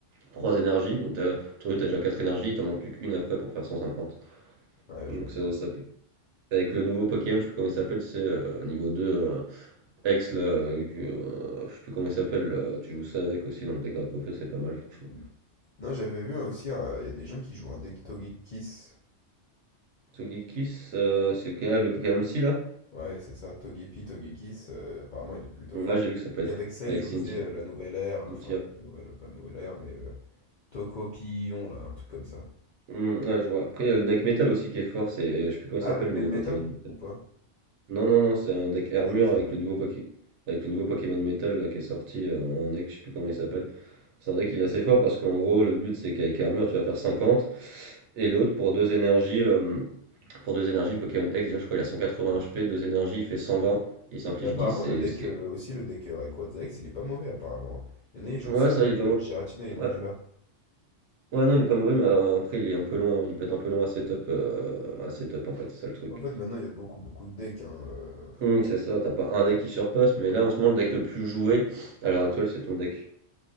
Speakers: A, on the right; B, on the left.
A: 3 énergies. Donc t'as, tour 2, t'as déjà 4 énergies, il t'en manque plus qu'une après pour faire 150.
B: Ouais,
A: Donc
B: je vois.
A: ça, ça peut. Avec le nouveau Pokémon, je sais plus comment il s'appelle, c'est euh, niveau 2, euh, Ex, là, euh, euh, je sais plus comment il s'appelle, là, tu joues ça avec aussi dans le deck Dracofeu, c'est pas mal franchement.
B: Hmm. Non, j'avais vu aussi, euh, il y a des gens qui jouent un deck Togekiss.
A: Tsugikis, euh, c'est lequel, ah, le Pokémon Psy là?
B: Ouais, c'est ça, Togepi, Togekiss, euh, apparemment il est plutôt
A: Là
B: fort.
A: j'ai vu que ça peut être
B: Et avec ça,
A: avec
B: il joue,
A: Cynthia.
B: tu sais, euh, la nouvelle ère, là,
A: Cynthia.
B: enfin, pas la nouvelle, pas la nouvelle ère, mais euh, Tokopillon, là, un truc comme ça.
A: Hmm, ouais, je vois. Après il y a le deck métal aussi qui est fort, c'est je sais plus comment
B: Ah,
A: il s'appelle
B: avec
A: le
B: Melmetal,
A: nouveau Pokémon métal.
B: ou pas?
A: Non, non, non, c'est un deck Hermure
B: C'est dit ça.
A: avec le nouveau Poké... avec le nouveau Pokémon Metal là, qui est sorti euh, en deck, je sais plus comment il s'appelle. C'est un deck il est assez fort parce qu'en gros le but c'est qu'avec Hermure tu vas faire 50 et l'autre pour deux énergies euh, pour deux énergies le Pokémon X déjà je crois il a 180
B: Hmm.
A: HP, deux énergies il fait 120, il s'inflige
B: Mais apparemment,
A: 10
B: le
A: et
B: deck,
A: c'est
B: euh, aussi le deck euh, Rayquaza X, il est pas mauvais, apparemment. Il y en a, ils jouent
A: ouais
B: ça
A: ça
B: avec
A: il est pas
B: euh,
A: mauvais.
B: Giratina et Lunala.
A: Ouais. ouais, non il est pas mauvais mais euh, après il est un peu long, il peut être un peu long à setup euh, à setup en fait, c'est ça le truc.
B: En fait, maintenant, il y a beaucoup, beaucoup de decks, hein, euh.
A: Hum, c'est ça, t'as pas un deck qui surpasse mais là en ce moment le deck le plus joué à l'heure actuelle c'est ton deck,